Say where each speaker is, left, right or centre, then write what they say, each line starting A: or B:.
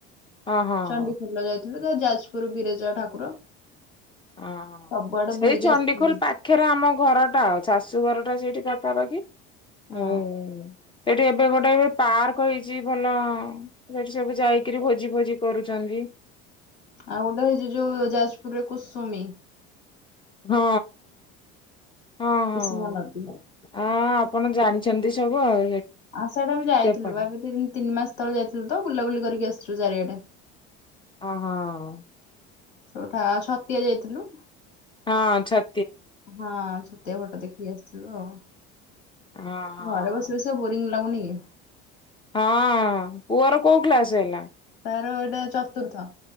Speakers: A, on the left; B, on the left.
A: ହଁ ହଁ
B: ଚଣ୍ଡିଖୋଲ
A: ହଁ।
B: ଯାଜପୁର ବିରେଜା ଠାକୁର।
A: ହ
B: ସବୁଆଡେ
A: ସେଇ
B: ବୁଲିକି
A: ଚଣ୍ଡିଖୋଲ
B: ଆସିଥିଲୁ
A: ପାଖରେ ଆମ ଘର ଟା ଆଉ ଶାଶୁ ଘର ଟା ସେଇଠି ପାଖ ପାର କି
B: ହଁ
A: ହୁ ସେଠି ଏବେ ଗୋଟେ ଏବେ ପାର୍କ ହେଇଛି ଭଲ ସେଠି ସବୁ ଯାଇକିରି ଭୋଜି ଭୋଜି କରୁଚନ୍ତି।
B: ଆଉ ଗୋଟେ ହେଇଛି ଯୋଉ ଯାଜପୁରରେ କ ସୁମି।
A: ହଁ ହଁ ହଁ
B: କୁସୁମ ନଦୀ
A: ଆ ଆପଣ ଜାଣିଛନ୍ତି ସବୁ ଆଉ
B: ହଁ ସେଇଟାମେ ଯାଇଥିଲୁ
A: ସେପଟେ
B: ଏବେ ତିନି ମାସ ତଳେ ଯାଇଥିଲୁ ତ ବୁଲାବୁଲି କରିକି ଆସିଲୁ। ଚାରିଆଡେ।
A: ହ ହଁ।
B: ସେଇଠୁ ଛତିଆ ଯାଇଥିଲୁ।
A: ହଁ ଛ।
B: ହଁ ଛତିଆଭଟଦେଖିକି ଆସିଥିଲୁ ଆଉ।
A: ହଁ।
B: ଘରେ ବସି ବସିକା ବୋରୀଙ୍ଗ ଲାଗୁନି କି?
A: ହଁ ପୁଅର କୋଉ କ୍ଲାସ ହେଲା।
B: ତାର ଏଇଟା ଚତୁର୍ଥ।